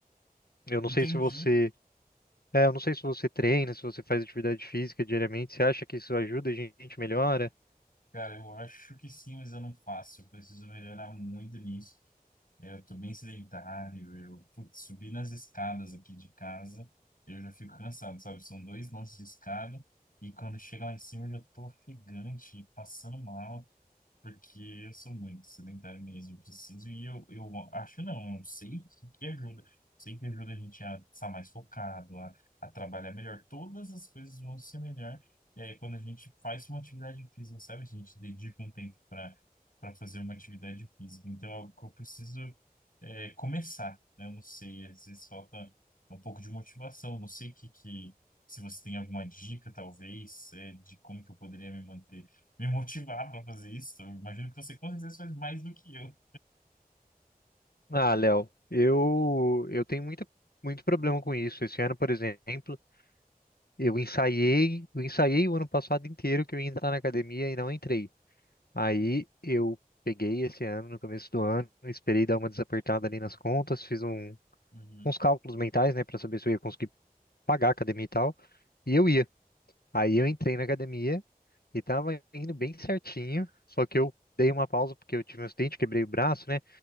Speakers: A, on the left; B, on the left.
A: eu não
B: entendi.
A: sei se você, é, eu não sei se você treina, se você faz atividade física diariamente. Você acha que isso ajuda, a gente melhora?
B: Cara, eu acho que sim, mas eu não faço. Eu preciso melhorar muito nisso. Eu tô bem sedentário. Eu, putz, subir nas escadas aqui de casa, eu já fico cansado, sabe? São dois lances de escada e quando chega lá em cima eu já tô ofegante, passando mal. Porque eu sou muito sedentário mesmo, eu preciso, e eu, eu acho não, eu sei que, que ajuda. Sei que ajuda a gente a estar mais focado, a, a trabalhar melhor. Todas as coisas vão ser melhor. E aí, quando a gente faz uma atividade física, sabe? A gente dedica um tempo para para fazer uma atividade física. Então, é algo que eu preciso é, começar, né? Eu não sei, às vezes falta um pouco de motivação. Não sei que, que se você tem alguma dica, talvez, é, de como que eu poderia me manter me motivar para fazer isso. Eu imagino que você com certeza faz mais do que eu.
A: Ah, Léo, eu eu tenho muita muito problema com isso. Esse ano, por exemplo, eu ensaiei, eu ensaiei o ano passado inteiro que eu ia entrar na academia e não entrei. Aí eu peguei esse ano, no começo do ano, esperei dar uma desapertada ali nas contas, fiz um-
B: Uhum,
A: uns cálculos mentais, né, para saber se eu ia conseguir pagar a academia e tal. E eu ia. Aí eu entrei na academia e tava indo bem certinho, só que eu dei uma pausa porque eu tive um acidente, quebrei o braço, né?